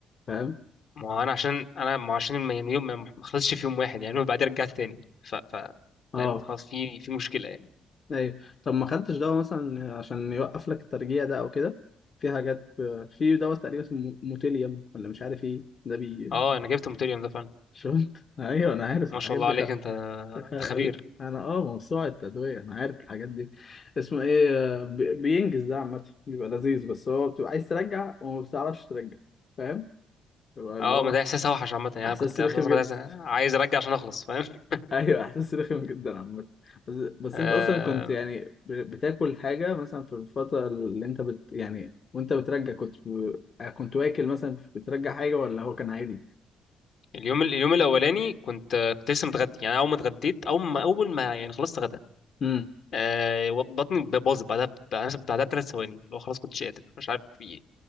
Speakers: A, on the left; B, on the left.
A: فاهم
B: ما هو انا عشان انا ما هو عشان الم- يعني يوم ما ما خلصش في يوم واحد يعني وبعدين رجعت تاني ف ف
A: اه
B: فاهم خلاص في في مشكله يعني
A: ايوه طب ما خدتش دواء مثلا عشان يوقف لك الترجيع ده او كده في حاجات في دواء تقريبا اسمه موتيليوم ولا مش عارف ايه ده بي
B: اه انا جبت الماتيريال ده فعلا
A: <laughs> شفت ايوه انا عارف
B: ما
A: الحاجات
B: شاء الله
A: دي
B: عليك
A: خ...
B: انت
A: خ...
B: انت خبير
A: انا اه موسوعة التدوية انا عارف الحاجات دي اسمه ايه آه، بي- بينجز ده عامة بيبقى لذيذ بس هو بتبقى عايز ترجع وما بتعرفش ترجع فاهم بيبقى اللي
B: اه
A: هو
B: ما ده احساس اوحش عامه يعني
A: احساس
B: انا كنت اصلا
A: رخم
B: كنت
A: جدا
B: عايز عايز ارجع عشان اخلص فاهم <laughs>
A: ايوه احساس رخم جدا عامه بس بس
B: آه
A: انت اصلا كنت يعني ب- بتاكل حاجه مثلا في الفتره اللي انت بت يعني وانت بترجع كنت ب... آه، كنت واكل مثلا بترجع حاجه ولا هو كان عادي
B: اليوم اليوم الاولاني كنت كنت لسه متغدي يعني اول ما اتغديت اول ما اول ما يعني خلصت غدا
A: امم
B: آه بطني باظت بعدها بعدها بعدها بثلاث ثواني اللي هو خلاص كنتش قادر مش عارف في ايه